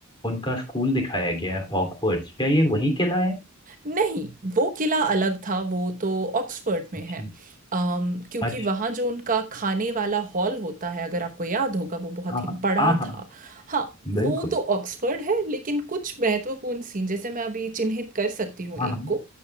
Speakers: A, on the left; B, on the right.
A: उनका स्कूल दिखाया गया है हॉगवर्ट्स क्या ये वही किला है
B: नहीं वो किला अलग था वो तो ऑक्सफोर्ड में है
A: जी।
B: अम, क्योंकि
A: अच्छा
B: वहाँ जो उनका खाने वाला हॉल होता है अगर आपको याद होगा वो बहुत
A: हाँ
B: ही
A: हाँ
B: बड़ा
A: हाँ हाँ,
B: था हाँ
A: बिल्कुल
B: वो तो ऑक्सफोर्ड है लेकिन कुछ महत्वपूर्ण सीन जैसे मैं अभी चिन्हित कर सकती हूँ एक
A: हाँ हाँ
B: को